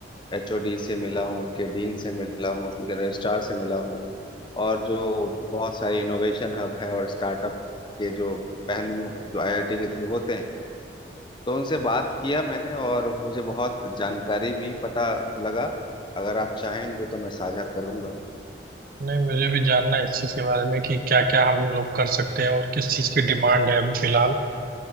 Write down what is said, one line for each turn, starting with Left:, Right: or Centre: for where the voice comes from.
Left: एचओडी से मिला हूँ उनके डीन से मिला हूँ उनके रजिस्ट्रार से मिला हूँ और जो बहुत सारे इनोवेशन हब है और स्टार्टअप के जो पहलू जो आईआईटी के थ्रू होते हैं तो उनसे बात किया मैंने और मुझे बहुत जानकारी भी पता लगा अगर आप चाहेंगे तो मैं साझा करूंगा
Right: नहीं मुझे भी जानना है इस चीज़ के बारे में कि क्या क्या हम लोग कर सकते हैं और किस चीज़ की डिमांड है अभी फिलहाल